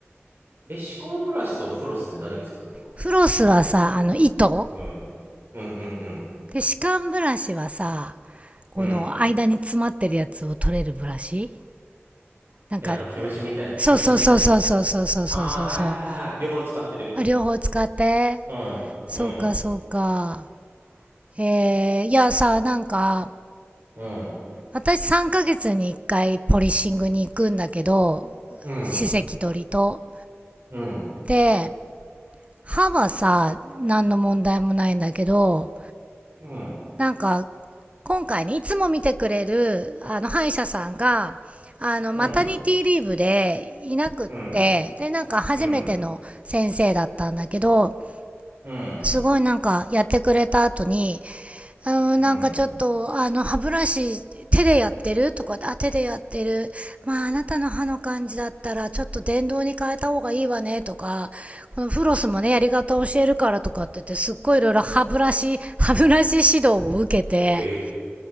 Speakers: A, on the right (about 55°); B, on the right (about 30°).
A: え、歯間ブラシとフロスって何が違うのごめん。
B: フロスはさ、あの、糸
A: うん。うんうんうん。
B: で、歯間ブラシはさ、この間に詰まってるやつを取れるブラシ
A: うん。
B: なんか、
A: え、あの、毛虫みたい、
B: そうそうそうそうそうそうそうそうそうそう
A: 毛虫みたいなやつああー、はいはいはいはい。両方使ってる。
B: あ。両方使って。
A: うん。
B: そうか、
A: うん。
B: そうか。えー、いやさ、なんか、
A: うん。
B: 私3ヶ月に1回ポリッシングに行くんだけど、
A: うん。
B: 歯石取りと。
A: うん。
B: で、歯はさ、何の問題もないんだけど、
A: うん。
B: なんか、今回ね、いつも見てくれる、あの、歯医者さんが、あの、
A: うん。
B: マタニティリーブでいなくって、
A: うん。
B: で、なんか初めての先生だったんだけど、
A: うん。うん。
B: すごいなんかやってくれた後に、うん、
A: うん。
B: なんかちょっと、あの、歯ブラシ、手でやってるとかあ、手でやってる。まあ、あなたの歯の感じだったら、ちょっと電動に変えた方がいいわね、とか、このフロスもね、やり方教えるからとかって言って、すっごいいろいろ歯ブラシ、歯ブラシ指導を受けて、
A: へ